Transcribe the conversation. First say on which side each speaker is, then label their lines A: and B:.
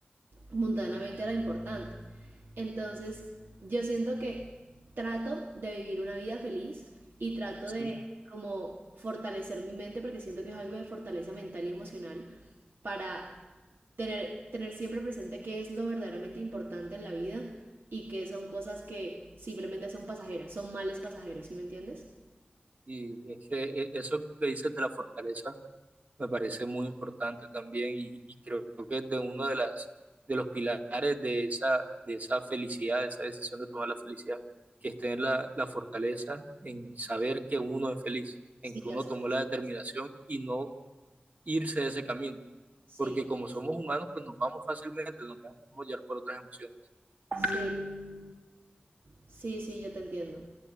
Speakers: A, on the right; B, on the right.
A: mundanamente era importante. Entonces, yo siento que trato de vivir una vida feliz y trato
B: sí.
A: de como fortalecer mi mente porque siento que es algo de fortaleza mental y emocional para tener, tener siempre presente qué es lo verdaderamente importante en la vida y qué son cosas que simplemente son pasajeras, son males pasajeros, ¿sí me entiendes?
B: Y es que eh, eso que dices de la fortaleza me parece muy importante también y, y creo que es de uno de las de los pilares de esa de esa felicidad, de esa decisión de tomar la felicidad, que es tener la, la fortaleza en saber que uno es feliz,
A: Sí,
B: en que
A: gracias.
B: uno tomó la determinación y no irse de ese camino,
A: Sí,
B: porque como somos humanos, pues nos vamos fácilmente, nos dejamos llevar por otras emociones.
A: sí, sí, sí, yo te entiendo.